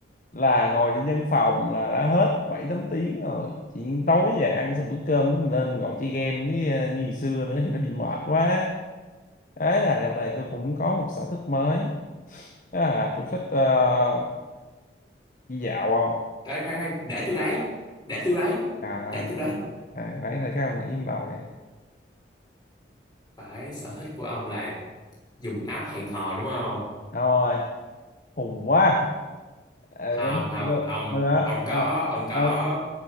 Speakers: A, on the left (about 45°); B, on the left (about 25°).
A: là ngồi trên văn phòng là đã hết bảy tám tiếng rồi chỉ tối về ăn xong bữa cơm cái mình lên mình ngồi chơi game với ờ, như ngày xưa nữa thì nó bị mệt quá đấy là dạo này tôi cũng có một sở thích mới đó là tôi thích ờ, đi dạo không
B: đấy khoan khoan để tôi đoán để tôi đoán
A: à,
B: để tôi đoán
A: à nãy thấy các ông nghĩ trong đầu này
B: phải sở thích của ông là dùng app hẹn hò đúng không
A: đâu rồi khùng quá à,
B: không
A: đúng
B: không
A: đúng,
B: ông
A: rồi đó,
B: ông có
A: đó,
B: ông có
A: đó.